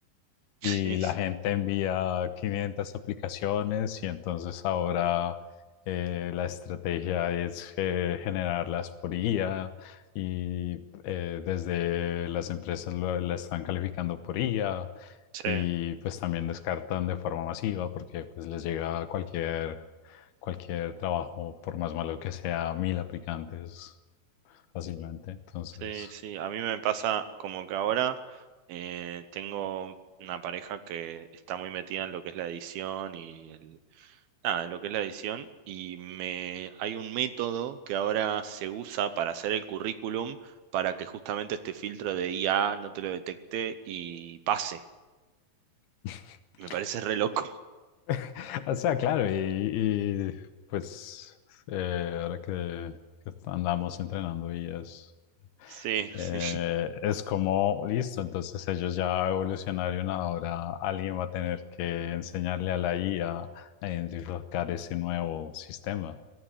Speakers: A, on the right; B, on the left.
A: <laughs>
B: y
A: Sí,
B: la gente envía 500 aplicaciones y entonces ahora eh, la estrategia es eh, generarlas por IA y eh, desde las empresas lo- la están calificando por IA
A: sí,
B: y pues también descartan de forma masiva porque pues les llega cualquier, cualquier trabajo, por más malo que sea, mil aplicantes fácilmente. Entonces...
A: sí, sí. A mí me pasa como que ahora eh, tengo una pareja que está muy metida en lo que es la edición y el, nada, en lo que es la edición y me hay un método que ahora se usa para hacer el currículum para que justamente este filtro de IA no te lo detecte y pase.
B: <laughs>
A: Me parece re loco.
B: <laughs> O sea, claro, y, y, pues eh, ahora que, que andamos entrenando y es,
A: Sí,
B: eh,
A: sí,
B: es como, listo, entonces ellos ya evolucionaron, ahora alguien va a tener que enseñarle a la IA a a identificar ese nuevo sistema.